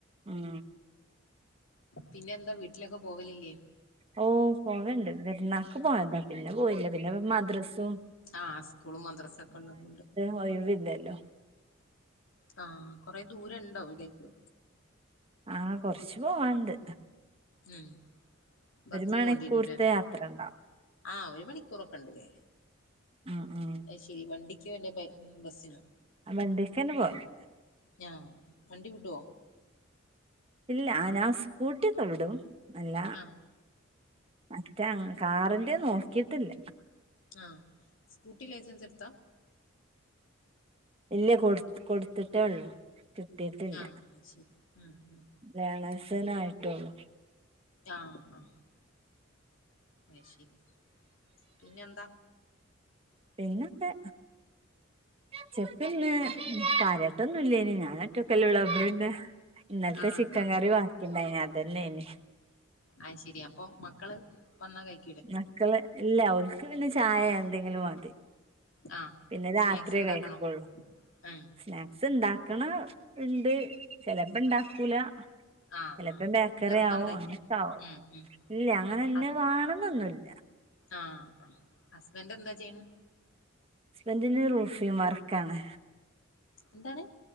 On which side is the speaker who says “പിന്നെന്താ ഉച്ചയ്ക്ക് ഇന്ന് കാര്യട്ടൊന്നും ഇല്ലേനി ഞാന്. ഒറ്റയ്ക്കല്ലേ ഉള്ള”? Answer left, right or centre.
Right